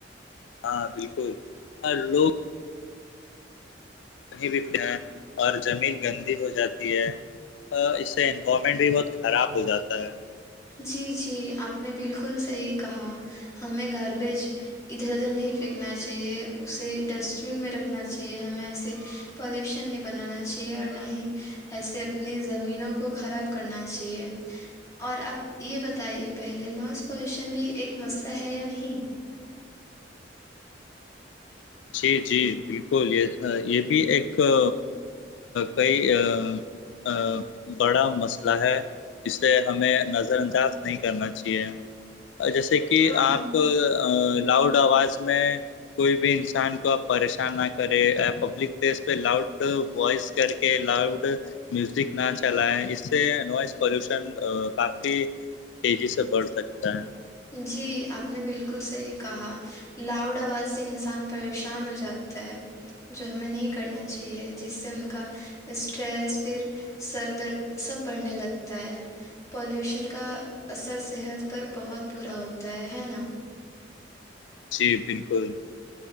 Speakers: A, on the left; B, on the left.
A: ہاں بالکل اور لوگ کہیں بھی اور زمین گندی ہو جاتی ہے اس سے انوالو مائنڈ بھی بہت خراب ہو جاتا ہے
B: جی جی آپ نے بالکل صحیح کہا ہمیں گاربیج ادھر ادھر نہیں فینکنا چاہیے اسے ڈسٹ بن میں رکھنا چاہیے ہمیں ایسے پالیوشن نہیں بنانا چاہیے اور نہ ہی ایسے اپنی زمینوں کو خراب کرنا چاہیے اور آپ یہ بتائیے پہلے نائس پولیوشن بھی ایک مسئلہ ہے یا نہیں <unintelligible>
A: جی جی بالکل یہ یہ بھی ایک ا کئی آ آ بڑا مسئلہ ہے اسے ہمیں نظر انداز نہیں کرنا چاہیے اور جیسے کہ
B: ہاں
A: آپ لاوڈ آواز میں کوئی بھی انس سان کو آپ پریشان نہ کریں پبلک پلیس پہ لاؤڈ ووائس کر کے لاؤڈ میوزک نہ چلائے اس سے نوائز پولیوشن کافی تیزی سے بڑھ سکتا ہے
B: جی آپ نے بالکل صحیح کہا لاؤڈ آواز سے انسان پریشان ہو جا تا ہے جو ہمیں نہیں کرنا چاہیے جس سے ان کا اسٹریس پھر سر درد سب بڑھنے لگتا ہے پالوشن کا اثر صحت پر بہت برا ہوتا ہے ہے نا
A: جی بالکل